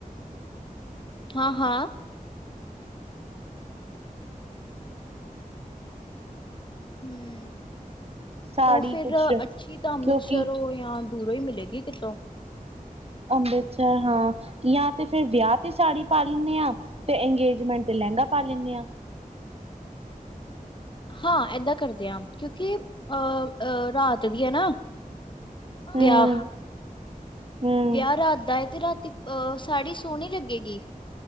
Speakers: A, on the left; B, on the right.
A: ਹਾਂ ਹਾਂ ਹੂੰ
B: ਸਾੜੀ
A: ਉਹ ਫਿਰ
B: ਕੁਛ
A: ਅੱਛੀ ਤਾਂ ਅੰਮ੍ਰਿਤਸਰ
B: ਕਿਉਂਕਿ
A: ਓ ਜਾਂ ਦੂਰੋਂ ਹੀ, ਮਿਲੇਗੀ ਕਿਤੋਂ
B: ਅੰਮ੍ਰਿਤਸਰ, ਹਾਂ ਜਾਂ ਤੇ ਫੇਰ ਵਿਆਹ ਤੇ ਸਾੜੀ ਪਾ ਲੈਂਦੇ ਹਾਂ, ਤੇ ਅੰਗੇਜਮੈਂਟ ਤੇ ਲਹਿੰਗਾ, ਪਾ ਲੈਂਦੇ ਹਾਂ
A: ਹਾਂ ਏਦਾਂ ਕਰਦੇ ਆ, ਕਿਉਂਕਿ ਅਹ, ਰਾਤ ਦੀ ਹੈ, ਨਾ।
B: ਹਮ
A: ਵਿਆਹ,
B: ਹਮ
A: ਵਿਆਹ ਰਾਤ ਦਾ ਹੈ, ਤੇ ਰਾਤੀ ਸਾੜੀ, ਸੋਹਣੀ ਲੱਗੇਗੀ।